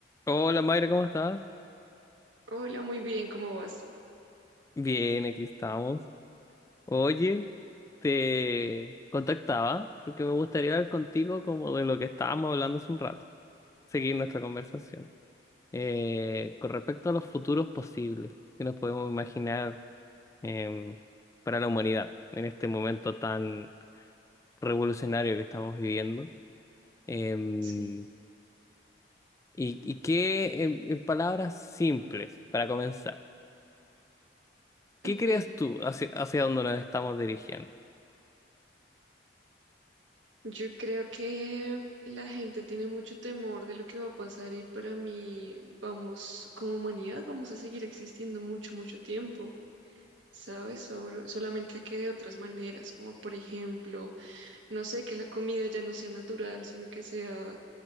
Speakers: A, on the left; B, on the right.
A: Hola Mayra, ¿cómo estás?
B: Hola, muy bien, ¿cómo vas?
A: Bien, aquí estamos. Oye, te contactaba porque me gustaría hablar contigo como de lo que estábamos hablando hace un rato, seguir nuestra conversación. Eh, con respecto a los futuros posibles que nos podemos imaginar em, para la humanidad en este momento tan revolucionario que estamos viviendo. Em,
B: Sí.
A: y, y qué, en, en palabras simples, para comenzar, ¿qué
B: Ok,
A: crees tú hacia, hacia dónde nos estamos dirigiendo?
B: yo creo que la gente tiene mucho temor de lo que va a pasar y para mí vamos, como humanidad, vamos a seguir existiendo mucho, mucho tiempo, ¿sabes? Sobre- solamente que de otras maneras, como por ejemplo, no sé, que la comida ya no sea natural, sino que sea